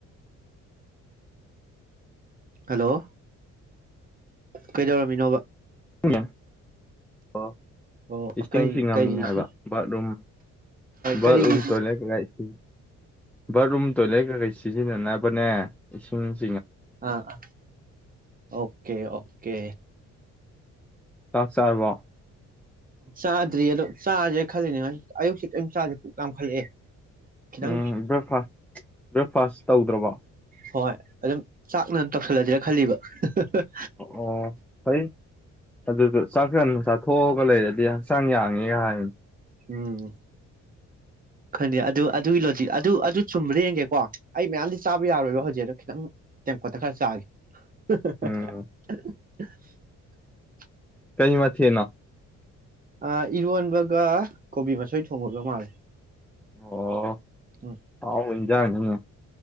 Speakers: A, on the right; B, in the centre.
A: ꯍꯜꯂꯣ ꯀꯩꯗꯧꯔꯝꯃꯤꯅꯣꯕ
B: ꯎꯝ ꯑꯣ
A: ꯑꯣ
B: ꯏꯁꯤꯡꯁꯤ
A: ꯀꯩ
B: ꯉꯝꯃꯤ
A: ꯀꯩꯒꯤ
B: ꯍꯥꯏꯕ ꯕꯥꯠꯔꯨꯝ ꯕꯥꯠꯔꯨꯝ
A: ꯀꯔꯤꯒꯤ
B: ꯇꯣꯏꯂꯦꯠ ꯀꯩꯀ ꯏꯁꯤꯡ ꯕꯥꯠꯔꯨꯝ ꯇꯣꯢꯂꯦꯠ ꯀꯩꯀꯩ ꯁꯤꯖꯤꯟꯅꯥꯅꯕꯅꯦ ꯢꯁꯤꯡ
A: ꯑꯥ ꯑꯣꯀꯦ ꯑꯣꯀꯦ
B: ꯆꯥꯛ ꯆꯥꯔꯕꯣ
A: ꯆꯥꯗ꯭ꯔꯤ ꯑꯗꯣ ꯆꯥꯔꯥꯁꯤꯔꯥ ꯈꯜꯂꯤꯅꯦ ꯉꯥꯁꯤ ꯑꯌꯨꯛꯀꯤ ꯀꯦꯝ ꯆꯥꯗ꯭ꯔꯤ ꯌꯥꯝꯈꯠꯂꯛꯑꯦ ꯈꯤꯇꯪ
B: ꯎꯝ ꯕ꯭ꯔꯦꯛꯐꯥꯁ ꯕ꯭ꯔꯦꯛꯐꯥꯁ ꯇꯧꯗ꯭ꯔꯕꯣ
A: ꯍꯣꯏ ꯑꯗꯨꯝ ꯆꯥꯛꯅ ꯇꯧꯁꯜꯂꯁꯤꯔ ꯈꯜꯂꯤꯕ ꯍꯥꯍꯥꯍꯥ
B: ꯑꯣ ꯐꯩ ꯑꯗꯨꯒ ꯆꯥꯛ ꯉꯟꯅꯥ ꯆꯥꯊꯣꯛ ꯍꯣꯒ ꯂꯩꯔꯗꯤ ꯍꯛꯆꯥꯡ ꯌꯥꯡꯉꯦꯒ ꯍꯥꯏꯕꯅꯦ
A: ꯎꯝ ꯈꯪꯗꯦ ꯑꯗꯨ ꯑꯗꯨꯒꯤ ꯂꯣꯗꯤꯛ ꯑꯗꯨ ꯑꯗꯨ ꯆꯨꯝꯕ꯭ꯔꯥ ꯌꯦꯡꯒꯦꯀꯣ ꯑꯩ ꯃꯌꯥꯝꯗꯤ ꯆꯥꯕ ꯌꯥꯔꯣꯏꯕ ꯍꯧꯖꯤꯛ ꯑꯗꯣ ꯈꯤꯇꯪ ꯇꯦꯡꯀꯣꯠꯇ ꯈꯔ ꯆꯥꯒꯦ ꯎ ꯍꯥ
B: ꯎꯝ
A: ꯍꯥ ꯍꯥ ꯍꯥ <inaudible>
B: ꯀꯩ ꯃꯊꯦꯜꯅꯣ
A: ꯑ ꯏꯔꯣꯟꯕꯒ ꯀꯣꯕꯤ ꯃꯁꯣꯏ ꯊꯣꯡꯕꯒ ꯃꯥꯜꯂꯦ
B: ꯑꯣ
A: ꯎꯝ
B: ꯍꯥꯎꯕ ꯍꯤꯡꯖꯥꯡꯅꯤꯅꯦ